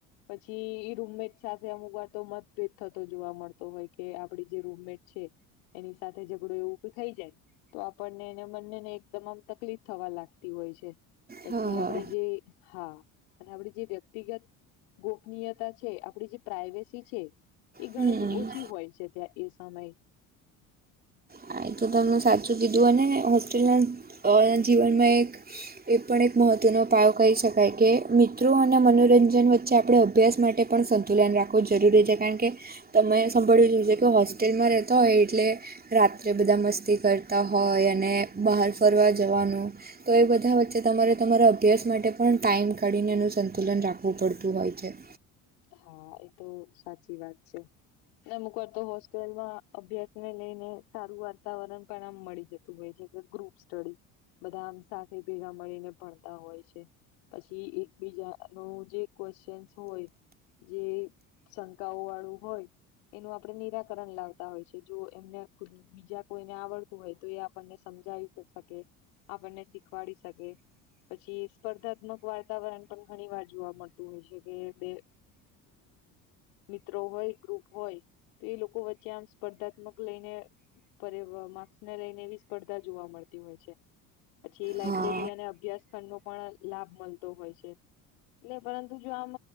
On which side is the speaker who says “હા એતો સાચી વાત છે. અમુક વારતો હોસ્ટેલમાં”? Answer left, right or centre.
Left